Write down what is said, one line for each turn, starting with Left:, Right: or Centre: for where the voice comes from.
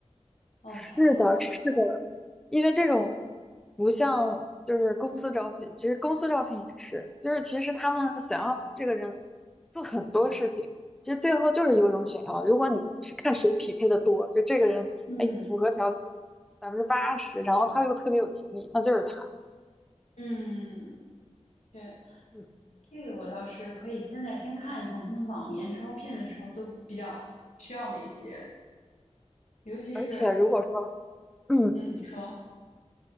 Left: OK，
Centre: 是的，是的，因为这种不像就是公司招聘，其实公司招聘也是，就是其实他们想要这个人做很多事情，其实最后就是优中选优。如果你是看谁匹配的多，就这个人哎符合条件
Left: 嗯
Centre: 百分之八十，然后他又特别有潜力，那就是他。
Left: 嗯，对，
Centre: 嗯，
Left: 这个我倒是可以现在先看一看他们往年招聘的时候都比较需要哪些，尤其是
Centre: 而且如果说嗯，
Left: 嗯，你说